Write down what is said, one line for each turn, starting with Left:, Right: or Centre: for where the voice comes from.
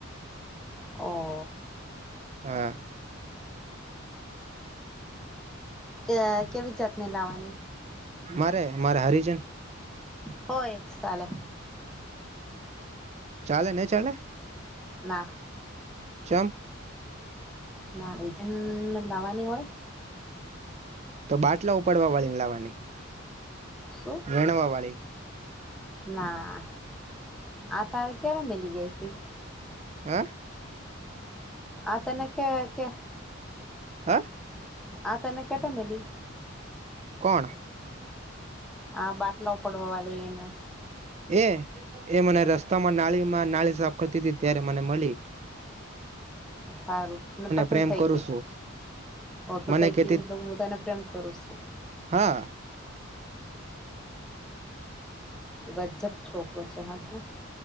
Centre: ઓ
Right: હા
Centre: કે કેવી જાતની લાવાની
Right: મારે મારે હરિજન
Centre: હોય ચાલે
Right: ચાલે નહી ચાલે.
Centre: ના
Right: જમપ
Centre: ના એજ લાવવાની હોય.
Right: તો બાટલા ઉપાડવા વાળીને લાવવાની
Centre: શું
Right: વેણવાવાળી
Centre: ના આ તારે ક્યારે મિલી ગઈ હતી
Right: હે
Centre: આ તને કે કે
Right: હે
Centre: આ તને કેટેમીલી
Right: કોણ
Centre: આ બાટલા પડવા વાળી એને
Right: એ એ મને રસ્તામાં નાળીમાં નાળી સાફ કરતી હતી ત્યારે મને મલી
Centre: સારું તને પસંદ
Right: પ્રેમ
Centre: થઈ
Right: કરું
Centre: ગઈ
Right: છું
Centre: ઓ તો
Right: મને
Centre: કંઈ
Right: કેતી
Centre: કીધું તો હું તને પ્રેમ કરુ છું.
Right: હા
Centre: ગજજબ છોકરો આતો